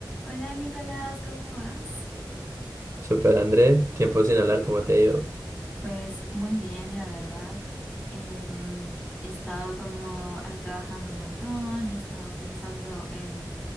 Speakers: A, on the left; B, on the right.
A: Hola Nicolás, ¿cómo vas?
B: Super André, tiempo sin hablar, ¿cómo te ha ido?
A: Pues muy bien, la verdad. Em, he estado como ah, trabajando un montón, he estado pensando en